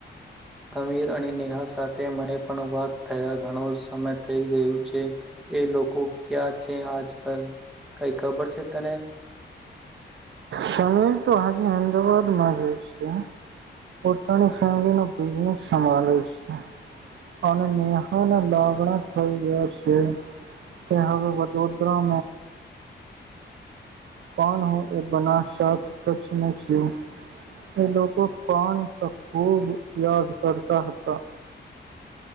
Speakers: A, in the centre; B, on the right (about 80°).
A: સમીર અને નેહા સાથે મને પણ વાત થયા ઘણો સમય થઈ ગયું છે એ લોકો ક્યાં છે આજ કલ કઈ ખબર છે તને
B: સમ અમદાવાદમાં જ છે, પોતાની ફેમ બિઝનેસ છે અને નેહાના લાગણા થઈ ગયા છે, તે હવે વડોદરા પાન બ છ <unintelligible> એ લોકો પાન ખૂબ યાદ કરતા હતા